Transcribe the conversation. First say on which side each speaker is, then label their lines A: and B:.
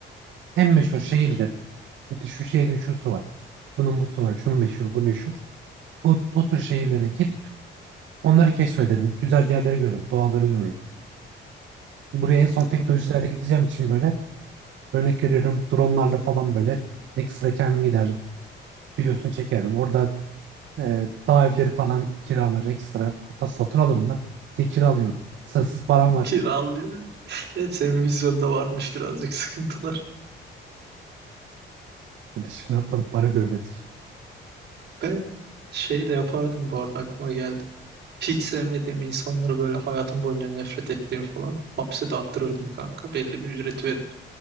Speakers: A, on the right; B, on the right.
A: en meşhur şehirleri, İşte şu şehrin şusu var. Bunun busu var. Şunu meşhur, bu meşhur. O, o tür şehirlere gidip onları keşfederim. Güzel yerleri görürüm, doğaları görürüm. Buraya en son teknolojilerle
B: Anladım.
A: gideceğim için böyle örnek veriyorum dronlarla falan böyle ekstra kendim giderdim. Videosunu çekerdim. Orada e, dağ evleri falan kiralar ekstra. Hatta satın alırım lan. Diye kira alıyorum. Sınırsız param var.
B: Kiralıyor. Evet senin vizyonda varmış birazcık <laughs> sıkıntılar.
A: Hadi şimdi yapmadık para görmedik.
B: Ben şey de yapardım bu arada aklıma geldi. Hiç sevmediğim insanlara böyle hayatım boyunca nefret ettiğim falan hapse de attırırdım kanka. Belli bir ücret verip